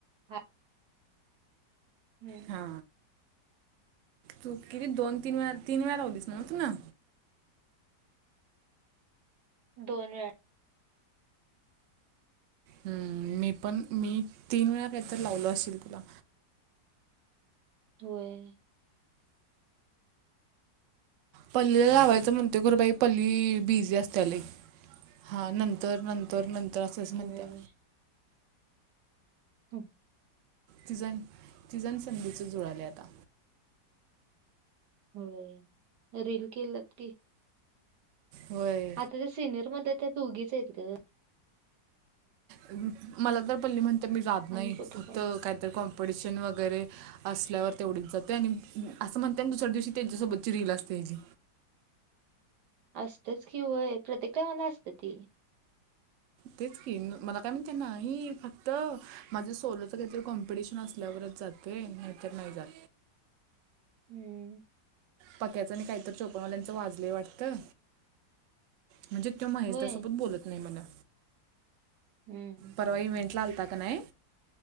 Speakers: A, on the right; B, on the right.
A: हा. हम्म
B: हा तू किती दोन तीन वेळा तीन वेळा लावलीस नव्हं तूनं.
A: दोन वेळा.
B: हम्म मी पण मी तीन वेळा काहीतरी लावलो अशील तुला.
A: व्हयं.
B: पल्लीला लावायचं म्हणतोय खरं बाई पल्ली बिझी असतीया लई हा नंतर नंत तर नंतर असंच म्हणतीया.
A: होय हम्म.
B: तीझ आण तीझ आण संधीचं जुळायलयं आता.
A: व्हयं रिल केल्यात की.
B: व्हयं.
A: ते सिनियर मध्ये त्या दोघीचं आहेत गं.
B: अ मला तर पल्ली म्हणतीया मी जात नाही
A: आणि कुठे
B: फक्त
A: कोण
B: काहीतरी कॉम पिटिशन वगैरे असल्यावर तेवढीच जातोय आणि असं म्हणतीया आणि दुसऱ्या दिवशी त्यांच्यासोबतची रील असतीया हिजी.
A: असतियाचं कि होय प्रत्येक टाईमाला असतिया ती.
B: तेच की मला काय म्हणतिया नाही फक्त माझं सोलोचं काहीतरी कॉम्पिटिशन असल्यावरच जातं ते नाहीतर नाही जात.
A: हम्म.
B: पक्याचं आणि काही तर चोपनवाल्यांचं वाजलंय वाटतं. म्हणजे तो महेशदासोबत
A: होय
B: बोलत नाही म्हणं.
A: हम्म.
B: परवा इवेंटला आलाता की नाही